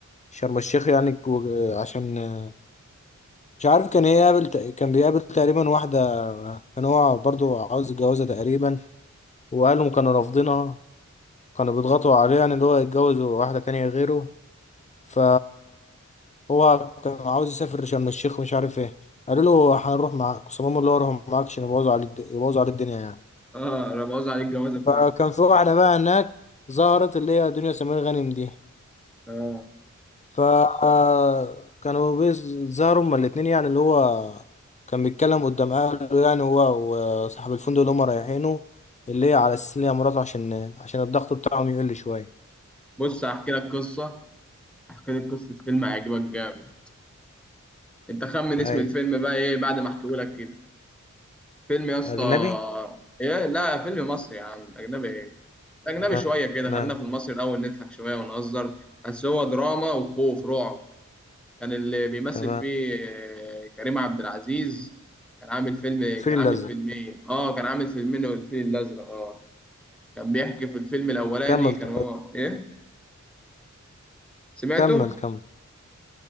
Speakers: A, on the left; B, in the centre.
A: شرم الشيخ يعني كو- آه، عشان آه، مش عارف كان يقابل ت- كان بيقابل تقريبا واحدة آه، كان هو برضو عاوز يتجوزها تقريبا وأهلهم كانوا رافضينها كانوا بيضغطوا عليه يعني اللي هو يتجوز واحدة تانية غيره ف هو كان عاوز يسافر شرم الشيخ ومش عارف ايه قالوا له هنروح معاك صمام اللي هو هروح معاك عشان يبوظوا على الد- يبوظوا على الدنيا يعني
B: اه رموز عن الجوازه بتاعته
A: فكان في واحدة بقى هناك ظهرت اللي هي دنيا سمير غانم دي
B: اه
A: فكانوا بيظهروا هما الاتنين يعني اللي هو كان بيتكلم قدام اهله يعني هو وصاحب الفندق اللي هما رايحينه اللي هي على اساس ان هي مراته عشان عشان الضغط بتاعهم يقل شويه
B: بص هحكي لك قصه هحكي لك قصه فيلم هيعجبك جامد انت خمن
A: اي
B: اسم الفيلم بقى ايه بعد ما احكيه لك كده فيلم يا اسطى
A: اجنبي
B: ايه لا فيلم مصري يا عم اجنبي ايه اجنبي
A: ما
B: شويه كده
A: ما
B: خلينا في المصري الاول نضحك شويه ونهزر بس هو دراما وخوف رعب كان اللي بيمثل
A: تمام
B: فيه آه، كريم عبد العزيز كان عامل فيلم
A: الفيل
B: كان
A: الازرق
B: عامل فيلمين اه كان عامل فيلمين والفيل الازرق اه كان بيحكي في الفيلم الاولاني
A: كمل
B: كان
A: طيب.
B: هو ايه سمعته
A: كمل كمل